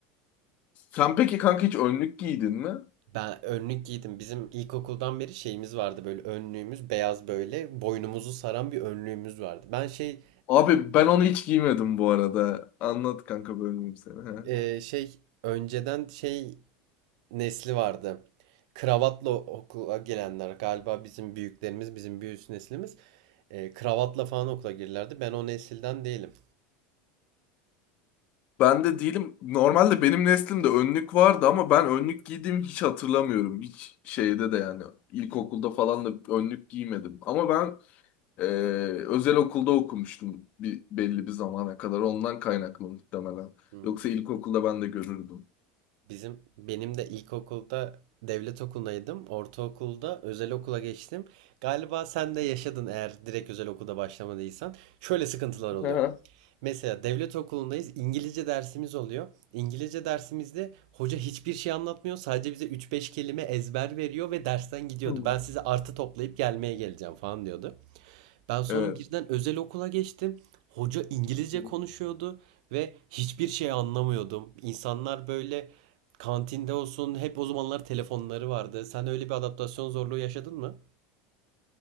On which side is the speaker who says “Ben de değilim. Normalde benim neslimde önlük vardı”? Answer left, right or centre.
Left